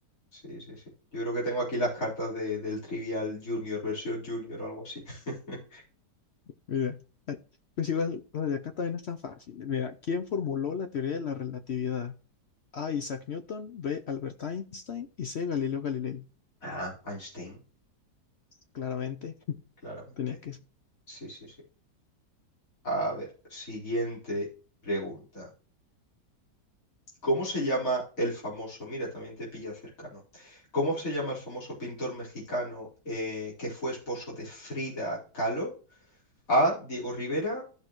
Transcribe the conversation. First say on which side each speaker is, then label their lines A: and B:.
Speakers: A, on the left (about 50°); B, on the left (about 65°).
A: sí, sí, sí. Yo creo que tengo aquí las cartas de- del Trivial Junior, versión Junior o algo así. <laughs>
B: Mira, ay, pues igual, las de acá también no es tan fácil. Mira, ¿quién formuló la teoría de la relatividad? A. Isaac Newton, B. Albert Einstein y C. Galileo Galilei.
A: Ah, Einstein,
B: Claramente, <laughs>
A: claramente.
B: tenía que ser.
A: Sí, sí, sí. A ver, siguiente pregunta. ¿Cómo se llama el famoso? Mira, también te pilla cercano. ¿Cómo se llama el famoso pintor mexicano eh, que fue esposo de Frida Kahlo? A. Diego Rivera.